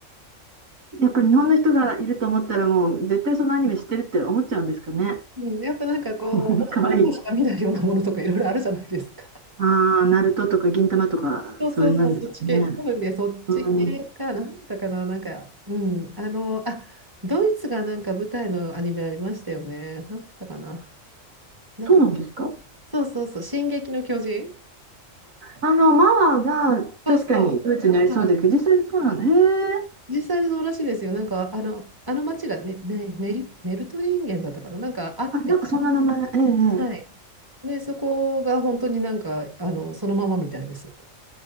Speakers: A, on the right; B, on the right.
A: やっぱり日本の人がいると思ったらもう絶対そのアニメ知ってるって思っちゃうんですかね。
B: うん、やっぱなんかこう、
A: <laughs>
B: 男の子しか見ないようなものとかいろいろあるじゃないですか。
A: かわいい。ああ、ナルトとか銀魂とかそういうのなんですかね。
B: そうそうそう、そっち系、多分ね、そっち系かな、
A: うん、
B: なんだったかな、なんか、うん、あの、あ、ドイツがなんか舞台のアニメありましたよね、なんだったかな、なんか、
A: そうなんですか
B: そうそうそう、進撃の巨人、
A: あの、マワが確かにドイツにありそうですけど、
B: そうそう、は
A: 実際そうなんだ。へえ。
B: い、実際にそうらしいですよ、なんか、あの、あの町がね、ね、ネリ、ネルトリンゲンだったかな、なんかあって、
A: あ、なんかそんな名前。ええええ
B: はい、で、そこが本当になんか、あの、そのままみたいです。